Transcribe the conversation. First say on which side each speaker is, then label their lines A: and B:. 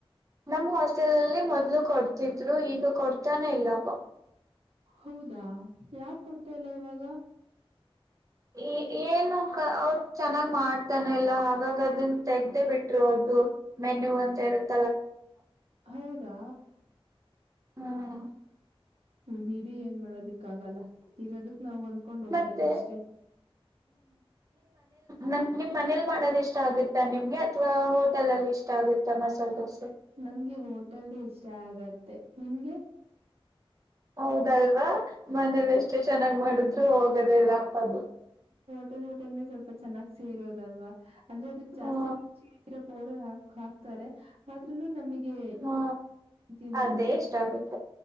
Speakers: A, on the right; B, on the right.
A: ನಮ್ಮ ಹಾಸ್ಟೆಲ್ಲ್ಲಿ ಮ ಇಲ್ಲೂ ಕೊಡ್ತಿದ್ರು ಈಗ ಕೊಡ್ತಾನೆ ಇಲ್ಲಪ್ಪ
B: ಹೌದಾ ಯಾಕೆ ಕೊಡ್ತಾ ಇಲ್ಲ ಇವಾಗ
A: ಈ ಏನು ಕ ಅವರು ಚೆನ್ನಾಗ್ ಮಾಡ್ತಾನಲ್ಲ ಹಾಗಾಗಿ ಅದನ್ನ ತೆಗ್ದೇ ಬಿಟ್ಟಿರೋದು ಮೆನ್ಯೂ ಅಂತ ಇರುತ್ತೆ
B: ಹೌದಾ.
A: ಹ್ಮ.
B: ಹ್ಮ ಬಿಡಿ ಏನ್ ಮಾಡೋದಿ ಕ್ಕಾಗಲ್ಲ ಇರೋದಕ್ ನಾವ್ ಹೊಂದ್ಕೊಂಡ್ ಹೋಗ್ಬೇಕಷ್ಟೆ.
A: ಮತ್ತೆ ನ ನಿಮ್ ಮನೇಲಿ ಮಾಡೋದ ಇಷ್ಟ ಆಗುತ್ತಾ ನಿಮ್ಗೆ ಅಥವಾ ಹೋಟೆಲ್ ಅಲ್ಲಿ ಇಷ್ಟ ಆಗುತ್ತಾ ಮಸಾಲೆ ದೋಸೆ.
B: ನಂಗೆ ಹೋಟೆಲ್ದು ಇಷ್ಟ ಆಗತ್ತೆ ನಿಮಗೆ.
A: ಹೌದಲ್ವಾ ಮನೇಲಿ
B: ಹ್ಮ್.
A: ಎಷ್ಟೇ ಚೆನ್ನಾಗ್ ಮಾಡಿದ್ರು ಹೋಗದೇಲ್ಲಪ್ಪ ಅದು.
B: ೆ <unintelligible> ಟೆ ಸ್ವಲ್ಪ ಚೆನ್ನಾಗಿ ಸೇರೋ ಅಲ್ವಾ ಅಂದ್ರೆ ಅದಕ್ಕೆ <unintelligible> ಜಾಸ್ತಿೌ.
A: ಹ್ಮ
B: <inaudible> ಹ <unintelligible> ಹಾಕ್ತಾರೆ ಆದ್ರೂನು ನಮಗೆ
A: ಹ್ಮ
B: ಇ ನಾವು.
A: ಅದೇ ಇಷ್ಟ ಆಗುತ್ತೆ